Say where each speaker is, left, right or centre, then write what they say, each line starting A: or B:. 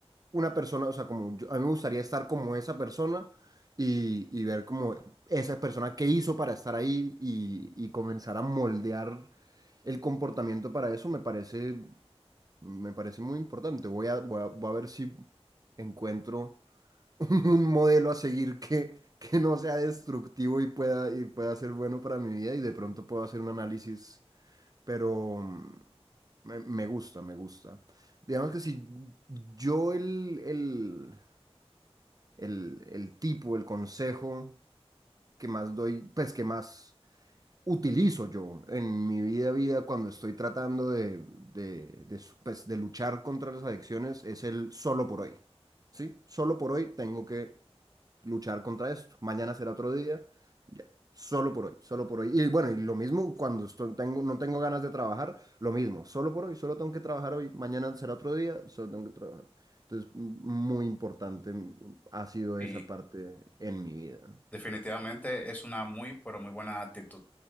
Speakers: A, on the right; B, on the left.
A: una persona, o sea, como yo- a mí me gustaría estar como esa persona y, y ver como esa persona qué hizo para estar ahí y, y comenzar a moldear el comportamiento para eso me parece, me parece muy importante. Voy a, voy a, voy a ver si encuentro <laughs> un modelo a seguir que, que no sea destructivo y pueda, y pueda ser bueno para mi vida y de pronto puedo hacer un análisis, pero mm, me, me gusta, me gusta. Digamos que si yo el, el, el, el tipo, el consejo que más doy, pues que más utilizo yo en mi vida, vida cuando estoy tratando de, de, de, su- pues, de luchar contra las adicciones es el solo por hoy. ¿Sí? Solo por hoy tengo que luchar contra esto. Mañana será otro día. Ya. Solo por hoy, solo por hoy. Y bueno, y lo mismo cuando estoy- tengo, no tengo ganas de trabajar, lo mismo, solo por hoy, solo tengo que trabajar hoy, mañana será otro día, solo tengo que trabajar. Entonces, m- muy importante mm, ha sido
B: Sí,
A: esa parte en mi vida.
B: definitivamente es una muy, pero muy buena actitud.